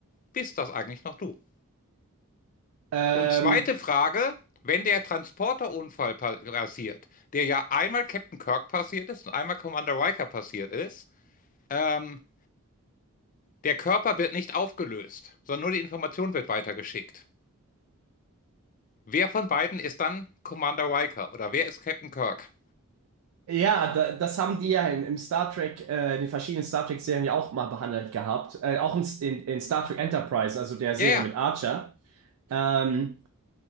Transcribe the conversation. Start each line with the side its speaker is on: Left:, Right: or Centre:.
Left: bist das eigentlich noch du?
Right: Ähm,
Left: Und zweite Frage, wenn der Transporterunfall pa- passiert, der ja einmal Captain Kirk passiert ist und einmal Commander Riker passiert ist, ähm, der Körper wird nicht aufgelöst, sondern nur die Information wird weitergeschickt. Wer von beiden ist dann Commander Riker oder wer ist Captain Kirk?
Right: ja, da, das haben die ja in, im Star Trek, äh, die verschiedenen Star Trek-Serien ja auch mal behandelt gehabt. Äh, auch in, in, in Star Trek Enterprise, also der Serie
Left: Ja, ja.
Right: mit Archer. Ähm,